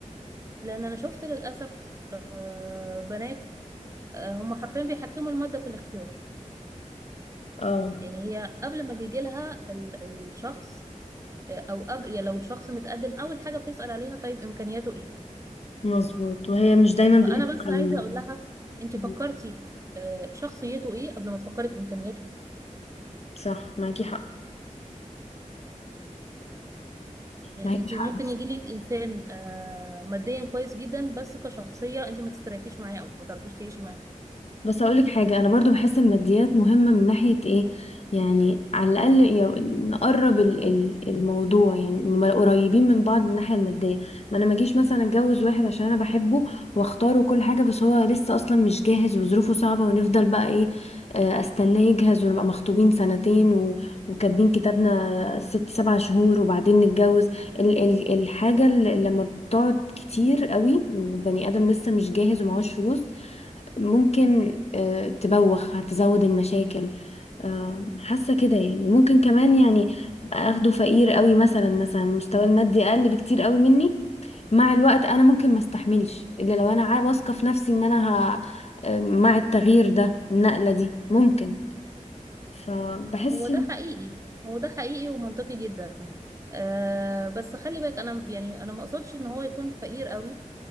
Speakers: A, on the right (about 25°); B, on the left (about 55°).
A: لان انا شفت للأسف آه، بنات آه، هم حرفيا بيحكموا المادة في الاختيار
B: اه
A: يعني هي قبل ما بيجي لها الشخص آه، او قبل يعني لو الشخص متقدم اول حاجة بتسأل عليها طيب امكانياته ايه
B: مظبوط وهي مش دايما
A: طب
B: بالامكانيات
A: انا بس عايزه اقول لها انت
B: مم.
A: فكرتي آه، شخصيته ايه قبل ما تفكري في امكانياته
B: صح معاكي حق
A: يعني
B: معاكي
A: انت
B: حق
A: ممكن يجي لك انسان آه، ماديا كويس جدا بس كشخصيه انت ما تستريحيش معاه او ما تعرفيش تعيشي معاه
B: بس اقولك حاجة انا برضو بحس الماديات مهمة من ناحية ايه يعني على الاقل يو- نقرب ال- ال- الموضوع يعني نبقى قريبين من بعض من الناحية المادية ما انا ما اجيش مثلا اتجوز واحد عشان انا بحبه واختاره كل حاجة بس هو لسه اصلا مش جاهز وظروفه صعبة ونفضل بقى ايه آه، استناه يجهز ونبقى مخطوبين سنتين و- وكاتبين كتابنا ست سبع شهور وبعدين نتجوز ال ال الحاجة اللي لما بتقعد كتير قوي وبني ادم لسه مش جاهز ومعهوش فلوس ممكن آه، تبوخ هتزود المشاكل آه، حاسه كده يعني وممكن كمان يعني أبقى اخده فقير قوي مثلا مثلا مستواه المادي اقل بكتير قوي مني مع الوقت انا ممكن ما استحملش الا لو انا عا- واثقه في نفسي ان انا ه... آه، مع التغيير ده النقله دي ممكن فبحس
A: هو ده حقيقي هو ده حقيقي ومنطقي جدا أه بس خلي بالك انا يعني انا ما اقصدش ان هو يكون فقير قوي